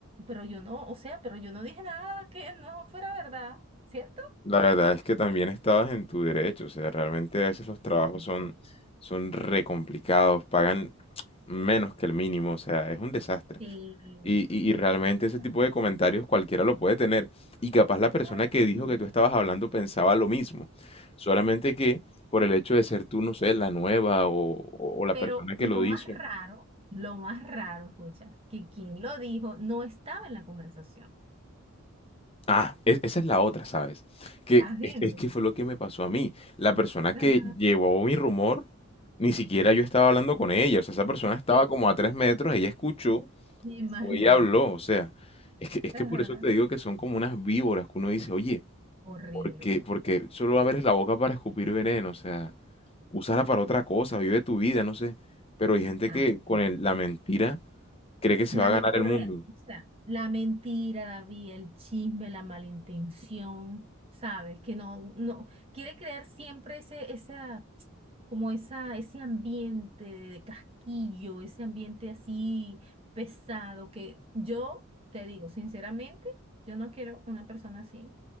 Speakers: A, on the right; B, on the left.
A: pero yo no, o sea, pero yo no dije nada que no fuera verdad, ¿cierto?
B: La verdad
A: <laughs>
B: es que también estabas en tu derecho, o sea, realmente a veces los
A: Exacto.
B: trabajos son, son re complicados, pagan menos que el mínimo, o sea, es un desastre.
A: Sí,
B: Y,
A: sí,
B: y, y realmente
A: exactamente.
B: ese tipo de comentarios cualquiera lo puede tener. Y capaz la persona
A: Claro.
B: que dijo que tú estabas hablando pensaba lo mismo, solamente que por el hecho de ser tú, no sé, la nueva o, o o la
A: Pero
B: persona que
A: lo
B: lo
A: más
B: hizo,
A: raro, lo más raro, escucha, que quien lo dijo no estaba en la conversación.
B: Ah, e- esa es la otra, ¿sabes? Que
A: ¿Estás viendo?
B: es, es que fue lo que me pasó a mí. La persona que
A: Ajá.
B: llevó mi rumor, ni siquiera yo estaba hablando con ella. O sea, esa persona estaba
A: Eh,
B: como a tres metros, ella escuchó
A: imagínate.
B: o ella habló. O sea, es que, es que
A: Ajá.
B: por eso te digo que son como unas víboras que uno dice, oye,
A: Horrible.
B: ¿por qué? Porque solo abres la boca para escupir veneno. O sea, úsala para otra cosa, vive tu vida, no sé. Pero hay gente
A: Así
B: que con
A: es.
B: el- la mentira cree que se
A: La
B: va a ganar
A: me- horrible.
B: el mundo.
A: O sea, la mentira, David, el chisme, la malintención, ¿sabes? Que no, no, quiere crear siempre ese, esa como esa, ese ambiente de casquillo, ese ambiente así pesado, que yo te digo, sinceramente, yo no quiero una persona así